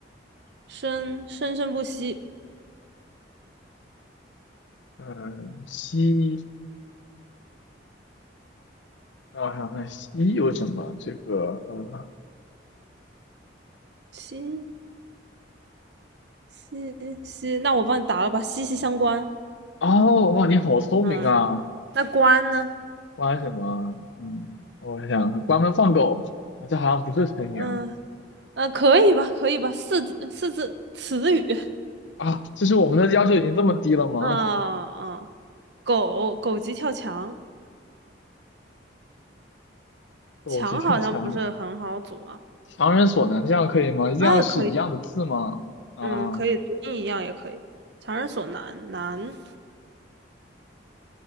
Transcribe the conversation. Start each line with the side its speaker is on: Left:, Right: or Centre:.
Right: 生生生不息，
Left: 嗯、西，让我想想看，西有什么？这个，呃，
Right: 息息息，那我帮你答了吧，息息相关。
Left: 哦，哇，你好聪明啊！
Right: 嗯，那关呢？
Left: 关什么？嗯，我想想关门放狗啊，这好像不是成语啊。
Right: 嗯呃，可以吧，可以吧，四字四字词语。
Left: 啊，这是我们的要求已经这么低了吗？
Right: 嗯嗯，狗狗急跳墙，
Left: 狗急跳墙，
Right: 墙好像不是很好组啊。
Left: 强人所难，这样可以吗？一定要是一样的字吗？
Right: 啊，可以，
Left: 啊，
Right: 嗯，可以，读音一样也可以。强人所难，难，